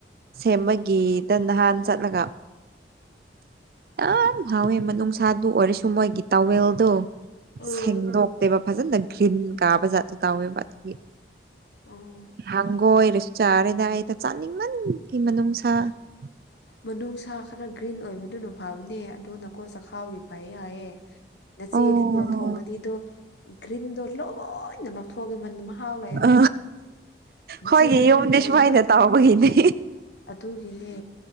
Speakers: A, on the right; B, on the left.
A: ꯁꯦꯝꯃꯒꯤꯗ ꯅꯍꯥꯟ ꯆꯠꯂꯒ ꯌꯥꯝ ꯍꯥꯎꯋꯦ ꯃꯅꯨꯡꯁꯥꯗꯨ ꯑꯣꯏꯔꯁꯨ ꯃꯣꯏꯒꯤ ꯇꯋꯦꯜꯗꯣ
B: ꯎꯝ
A: ꯁꯦꯡꯗꯣꯛ ꯕꯥ ꯐꯖꯟꯅꯒ꯭ꯔꯤꯟ ꯀꯥꯕꯖꯥꯠꯇꯣ ꯇꯧꯋꯦꯕ ꯑꯗꯨꯒꯤ
B: ꯎꯝ
A: ꯍꯪꯒꯣꯏꯔꯁꯨ ꯆꯥꯔꯦꯗꯥ ꯑꯩꯗꯣ ꯆꯥꯅꯤꯡꯃꯟꯒꯤ ꯃꯅꯨꯡꯁꯥ <inaudible>
B: ꯃꯅꯨꯡꯁꯥ ꯈꯔ ꯒ꯭ꯔꯤꯟ ꯑꯣꯏꯕꯗꯨꯅ ꯐꯕꯅꯦ ꯑꯗꯨ ꯅꯀꯣ ꯆꯈꯥꯎꯒꯤ ꯐꯩ ꯍꯥꯏꯌꯦ ꯅꯆꯦꯗꯤꯀꯣ
A: ꯑꯣ
B: ꯊꯣꯡꯉꯗꯤꯗꯣ ꯒ꯭ꯔꯤꯟꯗꯣ ꯂꯣꯏꯅ ꯂꯧꯊꯣꯛ ꯃꯟ ꯃꯍꯥꯎ ꯂꯩꯔꯔꯣꯏ
A: ꯑ
B: ꯅꯆꯦꯗꯣ
A: ꯍꯣꯏꯒꯤ
B: ꯑꯗꯨꯝ
A: ꯌꯨꯝꯗꯤ
B: ꯇꯧꯅꯦ
A: ꯁꯨꯃꯥꯏꯅ ꯇꯥꯎꯕꯒꯤꯅꯤ
B: ꯑꯗꯨꯒꯤꯅꯦ